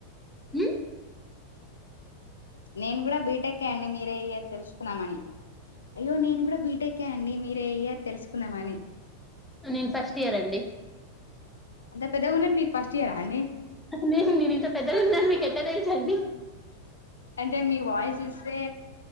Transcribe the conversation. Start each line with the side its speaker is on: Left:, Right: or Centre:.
Centre: ఉ
Left: నేను కూడా బీటెక్ ఏ అండి మీరే ఇయర్ తెలుసు కుందామని అయ్యో నేను కూడా బీటెక్ ఏ అండి మీరే ఇయర్ తెలుసుకుందామని
Centre: నేన్ ఫస్ట్ ఇయర్ అండి
Left: అంత పెద్దగా ఉన్నారు మీరు ఫస్ట్ ఇయరా అండి
Centre: నేన్ నేనింత పెద్దగున్న అని మీకు ఎట్ల తెల్సండి
Left: అంటే మీ వాయిస్ ఇస్తే..